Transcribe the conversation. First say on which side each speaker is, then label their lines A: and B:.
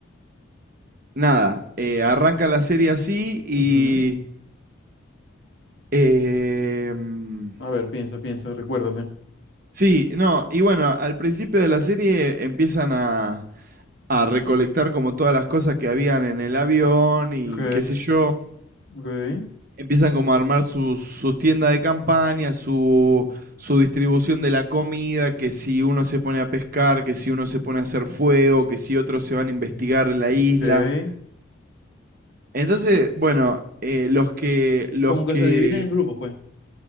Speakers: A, on the right (about 45°); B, on the left (about 60°).
A: nada, eh, arranca la serie así y...
B: ujú.
A: eh, mm,
B: A ver, piensa, piensa, recuérdate.
A: sí, no, y bueno, al principio de la serie empiezan a, a recolectar como todas las cosas que habían en el avión y
B: Ok,
A: qué sé yo.
B: ok,
A: Empiezan como a armar sus, sus tiendas de campaña, su, su distribución de la comida, que si uno se pone a pescar, que si uno se pone a hacer fuego, que si otros se van a investigar en la isla.
B: ok.
A: Entonces, bueno, eh, los que, los
B: Como
A: que
B: que se dividen en grupos, pues.